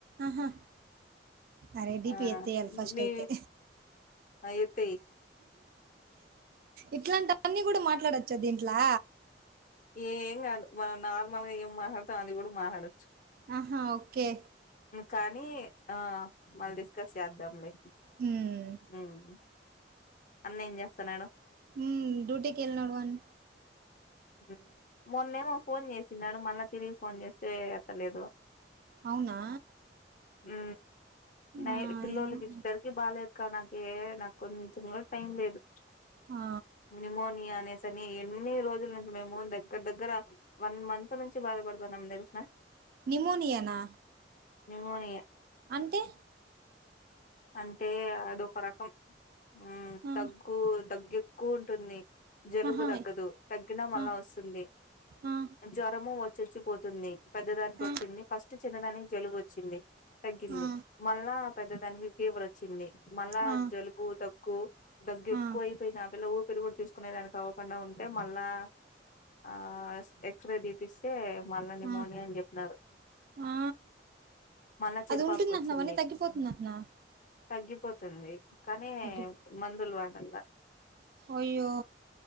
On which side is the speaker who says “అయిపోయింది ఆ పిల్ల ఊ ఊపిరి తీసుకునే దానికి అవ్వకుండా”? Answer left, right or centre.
Left